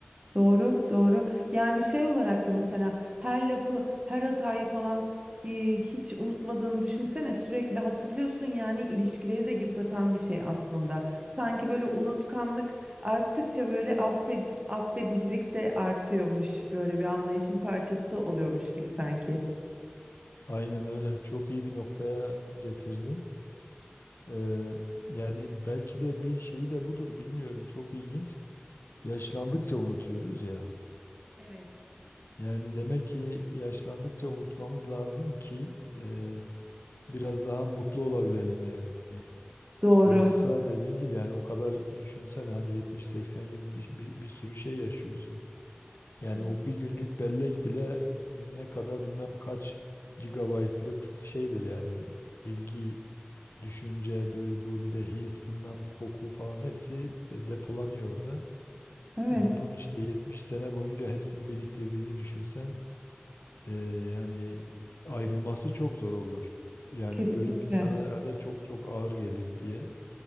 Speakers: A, on the right; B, on the left.
A: Doğru. Doğru. Yani şey olarak da mesela her lafı, her hatayı falan hi- hiç unutmadığını düşünsene. Sürekli hatırlıyorsun yani ilişkileri de yıpratan bir şey aslında. Sanki böyle unutkanlık arttıkça böyle affed affedicilik de artıyormuş. Böyle bir anlayışın parçası oluyormuş gibi sanki.
B: Aynen öyle. Çok iyi bir noktaya getirdin. E, yani belki de bir şey de budur, bilmiyorum. Çok ilginç. Yaşlandıkça unutuyoruz ya.
A: Evet.
B: Yani demek ki yaşlandıkça unutmamız lazım ki e, biraz daha mutlu olabilelim yani.
A: Doğru.
B: Yoksa dediğin gibi yani o kadar düşünsene hani 70-80 yıl bir, bir, bir sürü şey yaşıyorsun. Yani
A: Evet.
B: o bir günlük bellek bile ne kadar bilmem kaç gigabaytlık şeydir yani bilgi, düşünce, duygu bir de his bilmem koku falan hepsi e, depolanıyor orada.
A: Evet,
B: E bunun işte 70 sene boyunca hepsini biriktirdiğini düşünsen ee, yani ayrılması çok zor olur. Yani
A: kesinlikle.
B: ölüm insana herhalde çok çok ağır gelir diye.